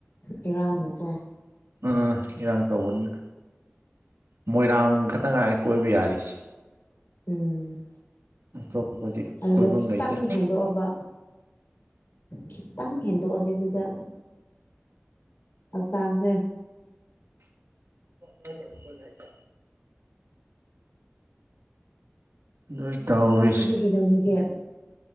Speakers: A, on the left (about 65°); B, on the right (about 85°).
A: ꯏꯔꯥꯡꯅꯀꯣ
B: ꯎꯝ ꯏꯔꯥꯡ ꯇꯧꯕꯅꯤꯅ ꯃꯣꯏꯔꯥꯡ ꯈꯛꯇ ꯉꯥꯏꯔꯦ ꯀꯣꯏꯕ ꯌꯥꯔꯤꯁꯦ
A: ꯎꯝ
B: ꯑꯇꯣꯞꯄꯗꯤ
A: ꯑꯗꯨꯗ
B: ꯀꯣꯏꯐꯝ
A: ꯈꯤꯇꯪ
B: ꯂꯩꯇ꯭ꯔꯦ
A: ꯍꯦꯟꯗꯣꯛꯑꯕ ꯈꯤꯇꯪ ꯍꯦꯟꯗꯣꯛꯑꯗꯤꯦ ꯑꯗꯨꯗ ꯐꯛ ꯆꯥꯡꯁꯦ
B: ꯇ ꯀ ꯑꯗꯨ ꯇꯧꯔꯤꯁꯦ
A: ꯅꯣꯏꯗꯤ ꯀꯩꯗꯧꯔꯤꯒꯦ